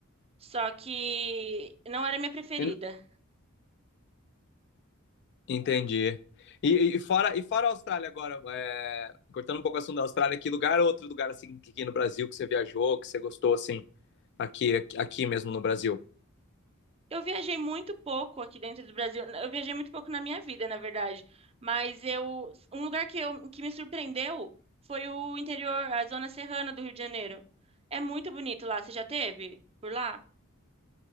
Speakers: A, on the right (about 30°); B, on the left (about 55°).
A: Só que não era minha preferida.
B: En- Entendi. E, e fora, e fora a Austrália agora, é, cortando um pouco o assunto da Austrália, que lugar, outro lugar, assim, que aqui no Brasil que você viajou, que você gostou, assim, aqui, aqui aqui mesmo no Brasil?
A: Eu viajei muito pouco aqui dentro do Brasil. Eu viajei muito pouco na minha vida, na verdade. Mas eu, um lugar que, eu, que me surpreendeu foi o interior, a zona serrana do Rio de Janeiro. É muito bonito lá. Você já teve por lá?